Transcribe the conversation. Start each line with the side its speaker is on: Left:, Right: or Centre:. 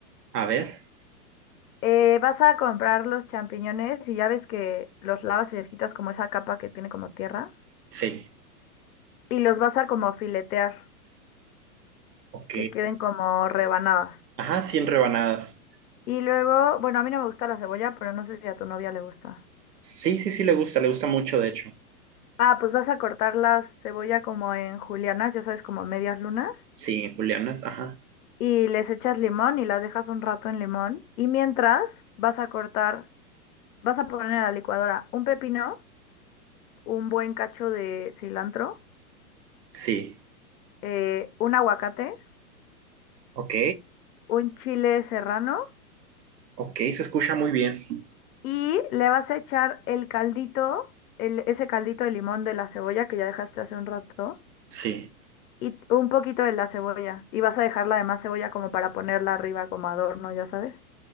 Right: A ver.
Left: Eh, vas a comprar los champiñones y ya ves que los lavas y les quitas como esa capa que tiene como tierra
Right: Sí.
Left: y los vas a como filetear,
Right: Ok.
Left: que queden como rebanadas.
Right: Ajá, 100 rebanadas.
Left: Y luego, bueno, a mí no me gusta la cebolla, pero no sé si a tu novia le gusta.
Right: Sí, sí, sí, le gusta, le gusta mucho, de hecho.
Left: Ah, pues vas a cortar la cebolla como en julianas, ya sabes, como medias lunas,
Right: Sí, julianas, ajá.
Left: y les echas limón y las dejas un rato en limón. Y mientras vas a cortar Vas a poner a la licuadora un pepino, un buen cacho de cilantro,
Right: Sí.
Left: eh, un aguacate,
Right: Ok,
Left: un chile serrano
Right: ok, se escucha muy bien.
Left: y le vas a echar el caldito, el- ese caldito de limón de la cebolla que ya dejaste hace un rato
Right: Sí.
Left: y t- un poquito de la cebolla. Y vas a dejar la demás cebolla como para ponerla arriba como adorno, ya sabes.